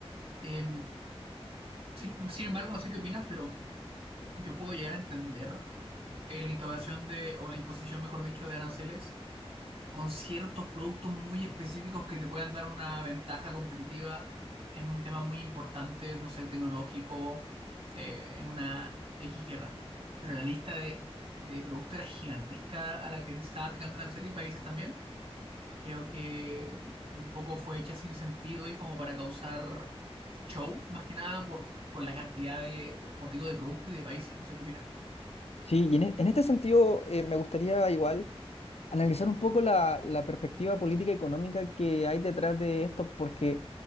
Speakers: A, on the right; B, on the left.
A: Eh, sin, sin embargo, no sé qué opinas, pero yo puedo llegar a entender eh, la instauración de, o la imposición, mejor dicho, de aranceles con ciertos productos muy específicos que te puedan dar una ventaja competitiva en un tema muy importante, no sé, tecnológico, eh, en una X guerra. Pero la lista de, de productos era gigantesca a la que le estaba aplicando arancel y países también. Creo que un poco fue hecha sin sentido y como para causar show, más que nada por, por la cantidad de, de, como te digo, de producto y de países. No sé qué opinas.
B: Sí, y en, e- en este sentido eh, me gustaría igual analizar un poco la, la perspectiva política y económica que hay detrás de esto, porque,